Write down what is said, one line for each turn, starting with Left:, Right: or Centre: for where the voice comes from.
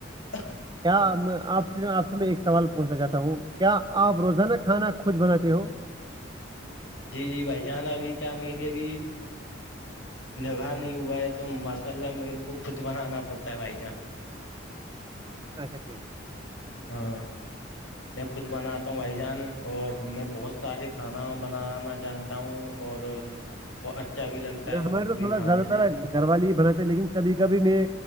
Left: <inaudible> <unintelligible>
Right: کیا آپ آپ سے میں ایک سوال پوچھنا چاہتا ہوں کیا آپ روزانہ کھانا خود بناتے ہو
Left: جی جی بھائی جانا ابھی کیا میری ابھی نکاہ نہیں ہوا ہے تو ماشاء اللہ میرے کو خود بنانا پڑتا ہے بھائی جان <inaudible>
Right: اچھا ٹھیک
Left: ہاں میں خود بناتا ہوں بھائی جان اور میں بہت سارے کھانا بنانا جانتا ہوں اور اچھا بھی لگتا ہے
Right: ہمارے
Left: خود
Right: تو
Left: بھی
Right: تھوڑا
Left: کھانے
Right: زیادہ تر
Left: سے
Right: گھر والی بناتے لیکن سبھی کا بھی میں